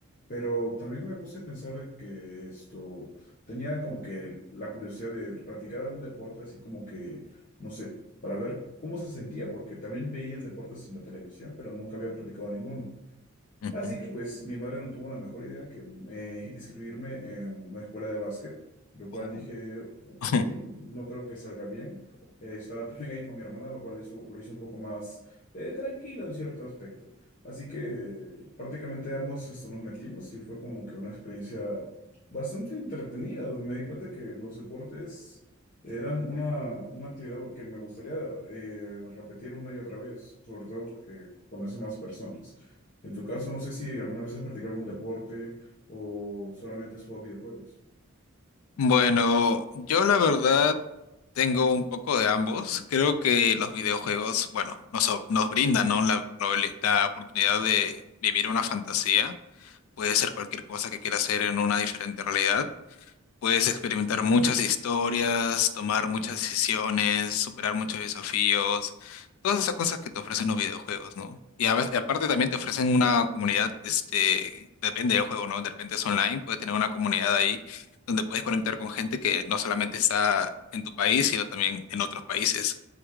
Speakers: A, on the left; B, on the left.
A: Pero también me puse a pensar de que esto tenía como que la curiosidad de practicar algún deporte, así como que, no sé, para ver cómo se sentía, porque también veía deportes en la televisión, pero nunca había practicado ninguno.
B: Ujú.
A: Así que pues mi madre no tuvo la mejor idea que eh, inscribirme en una escuela de básquet, lo cual
B: Oh.
A: dije, ok,
B: <laughs>
A: no creo que salga bien. Eh, estaba <laughs> también ahí con mi hermana, lo cual eso lo hizo un poco más eh, tranquilo en cierto aspecto. Así que eh, prácticamente ambos esto, nos metimos y fue como que una experiencia bastante entretenida. Me di cuenta que los deportes eran una, una actividad que me gustaría eh, repetir una y otra vez, sobre todo porque conoce más personas. En tu caso, no sé si alguna vez has practicado algún deporte o solamente has jugado videojuegos.
B: Bueno, yo la verdad Tengo un poco de ambos. Creo que los videojuegos, bueno, nos, o- nos brindan, ¿no? la, probabili- la oportunidad de vivir una fantasía. Puede ser cualquier cosa que quiera hacer en una diferente realidad. Puedes experimentar muchas historias, tomar muchas decisiones, superar muchos desafíos, todas esas cosas que te ofrecen los videojuegos, ¿no? Y a veces- aparte también te ofrecen una comunidad, este, depende del juego, ¿no? De repente es online, puedes tener una comunidad ahí donde puedes conectar con gente que no solamente está en tu país, sino también en otros países.